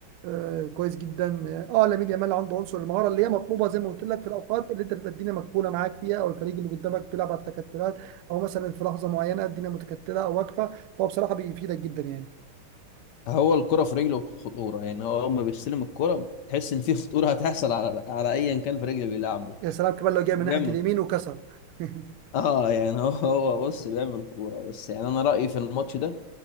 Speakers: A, on the right; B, on the left.
A: آه، كويس جدا اه آه، لامين يامال عنده عنصر المهاره اللي هي مطلوبه زي ما قلت لك في الاوقات اللي انت بتبقى الدنيا مقفوله معاك فيها او الفريق اللي قدامك بيلعب على التكتلات او مثلا في لحظه معينه الدنيا متكتله او واقفه فهو بصراحه بيفيدك جدا يعني
B: هو الكرة في رجله خطورة يعني هو أول ما بيستلم الكرة تحس إن في خطورة هتحصل على على أيا كان في رجله بيلعبه
A: يا سلام كمان لو جاي من
B: هو بيعمل
A: ناحيه اليمين وكسر <laughs>
B: اه يعني هو <laughs> هو بص بيعمل كوره بس يعني انا رايي في الماتش ده